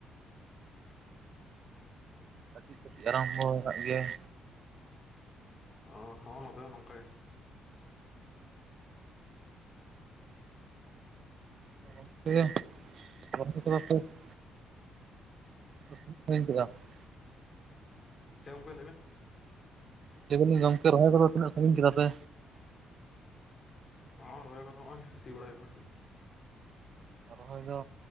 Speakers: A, on the right (about 55°); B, on the left (about 40°).
A: ᱠᱟᱹᱴᱤᱡ ᱠᱟᱹᱴᱤᱡ ᱟᱨᱟᱢᱵᱚᱣ ᱠᱟᱫ ᱜᱮᱭᱟ᱾
B: ᱚ ᱦᱚᱸ ᱱᱚᱛᱮ ᱦᱚᱸ ᱱᱚᱝᱠᱟ ᱜᱮ᱾
A: <unintelligible> <unintelligible>
B: ᱪᱮᱜ ᱜᱚᱢᱠᱮ ᱞᱟᱹᱭ ᱢᱮ
A: ᱞᱮᱫᱟᱞᱤᱧ ᱜᱚᱢᱠᱮ ᱨᱚᱦᱚᱭ ᱠᱚᱫᱚ ᱛᱤᱱᱟᱹᱜ ᱥᱟᱺᱜᱤᱧ ᱠᱮᱫᱟ ᱯᱮ?
B: ᱚᱸ ᱨᱚᱦᱚᱭ ᱠᱚᱫᱚ ᱦᱚᱸᱜ-ᱚᱭ ᱥᱤ ᱵᱟᱲᱟᱭ ᱦᱩᱭᱩᱜ ᱠᱟᱱᱟ᱾
A: ᱨᱚᱦᱚᱭ ᱫᱚ